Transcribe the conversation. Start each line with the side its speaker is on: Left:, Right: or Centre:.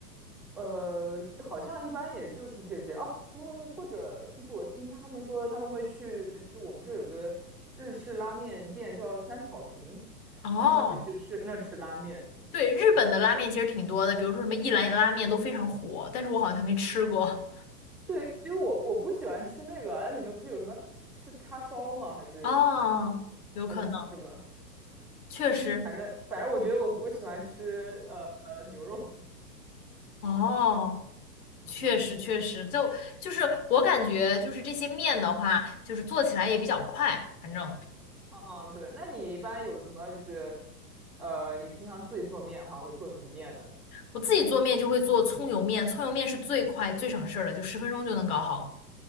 Centre: 呃，好像一般也就是这些哦，或或者就是我听他们说他们会去，就我们这有个日式拉面店叫三草亭，
Left: 哦，
Centre: 他们会去吃那吃拉面什么的。
Left: 对，日本的拉面其实挺多的，比如说什么一兰拉面都非常火，但是我好像没吃过。
Centre: 对，因为我我不喜欢吃那个啊，那里面不是有什么是叉烧吗？
Left: <laughs>
Centre: 还是
Left: 哦，有可能，
Centre: 还是什么？
Left: 确实。
Centre: 就是反正反正我觉得我我喜欢吃呃呃牛肉吧。
Left: 哦。
Centre: <laughs> 嗯
Left: 确实，确实，就就是我感觉，就是这些面的话，就是做起来也比较快。反正
Centre: 嗯，对，那你一般有什么就是呃你平常自己做面的话会做什么面呢？
Left: 我自己做面就会做葱油面，葱油面是最快最省事儿的，就十分钟就能搞好。